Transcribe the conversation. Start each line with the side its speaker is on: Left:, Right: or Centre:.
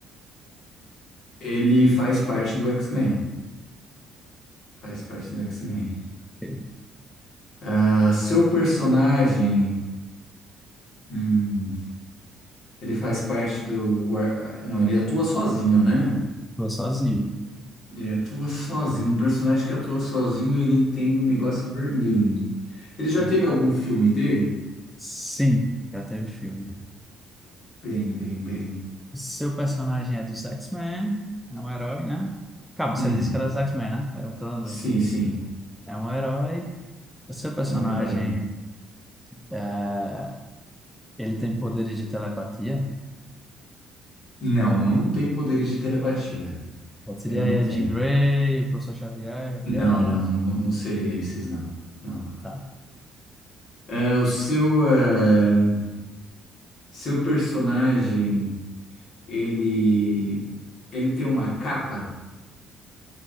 Left: Ele faz parte do X-Men. Faz parte do X-Men.
Centre: Ele
Left: Ah, seu personagem. hum, ele faz parte do. War- ah, Não, ele atua sozinho, né?
Centre: Ficou sozinho.
Left: Ele atua sozinho. Um personagem que atua sozinho, ele tem um negócio vermelho. Ele já
Centre: Sim.
Left: teve algum filme dele?
Centre: Sim, já teve filme.
Left: Bem, bem, bem.
Centre: O seu personagem é dos X-Men, é um herói, né? Calma, você
Left: Uhum.
Centre: disse que era dos X-Men, né? Eu tô andando.
Left: Sim, sim.
Centre: É um herói. O seu personagem,
Left: Um herói.
Centre: é, ele tem poderes de telepatia?
Left: Não,
Centre: Hum.
Left: não tem poderes de telepatia.
Centre: Já Seria
Left: Ele não
Centre: aí
Left: tem.
Centre: a Jean Grey, o professor Xavier, já teria
Left: Não,
Centre: alguns.
Left: não, não, não seria esses, não. Não.
Centre: Tá.
Left: É, o seu, é, seu personagem, ele, ele tem uma capa?